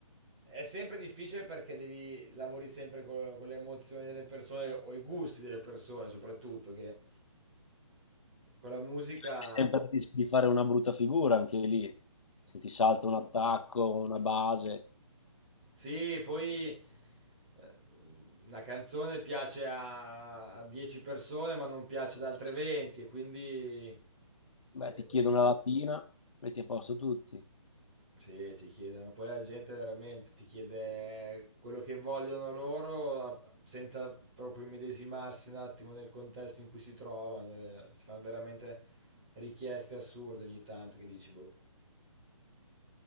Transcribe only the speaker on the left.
C'è sempre il rischio di fare una brutta figura anche lì. Se ti salta un attacco, una base,
beh,
ti chiedo una latina, metti a posto tutti.